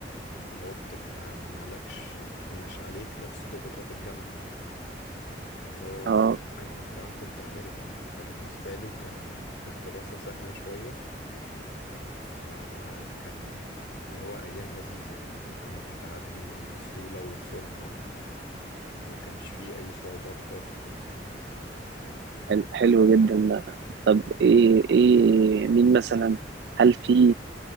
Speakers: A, on the left; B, on the right.
A: اللي هو بتبقى معلكش مش عليك نفس ضغوطات الجامعة اللي هو
B: اه
A: انا أنا كمان كنت امريكان فبالنسبة لي كان الدراسة سهلة شوية فكان اللي هو أيام لذيذة يعني وكانت بتعدي بسهولة وبسرعة وما كانش فيه أي صعوبات خالص
B: حل- حلو جدا ده ايه ايه مين مثلا هل في